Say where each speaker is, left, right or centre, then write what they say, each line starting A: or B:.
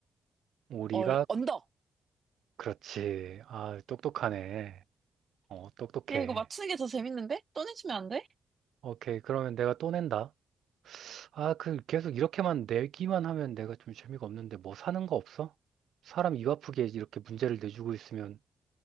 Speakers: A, on the right; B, on the right.
A: 오리가
B: 얼, 언덕.
A: 그렇지. 아, 똑똑하네. 어, 똑똑해.
B: 야, 이거 맞추는 게 더 재밌는데? 떠내주면 안 돼?
A: 오케이. 그러면 내가 또 낸다. 아, 그 계속 이렇게만 내기만 하면 내가 좀 재미가 없는데 뭐 사는 거 없어? 사람 입 아프게 이렇게 문제를 내주고 있으면